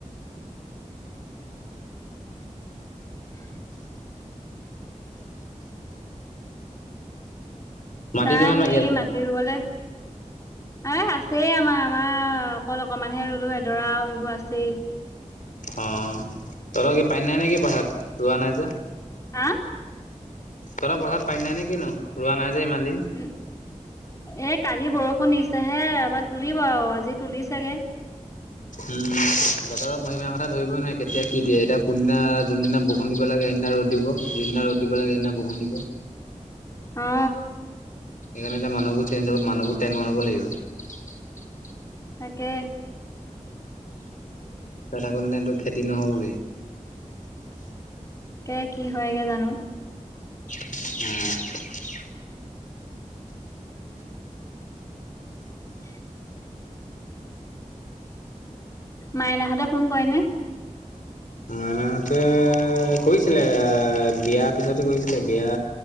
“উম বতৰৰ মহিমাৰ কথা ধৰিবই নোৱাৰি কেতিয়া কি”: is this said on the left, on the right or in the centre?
Left